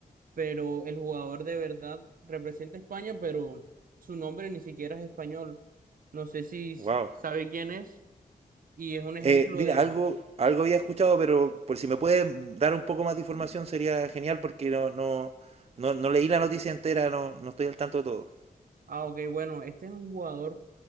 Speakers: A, on the right (about 70°); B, on the right (about 45°).
A: pero el jugador de verdad representa a España, pero su nombre ni siquiera es español. No sé si s-
B: Wow.
A: sabe quién es y es un ejemplo
B: Eh, mira,
A: de,
B: algo, algo había escuchado, pero por si me pueden dar un poco más de información sería genial porque no, no, no, no leí la noticia entera, no, no estoy al tanto de todo.
A: Ah, ok, bueno, este es un jugador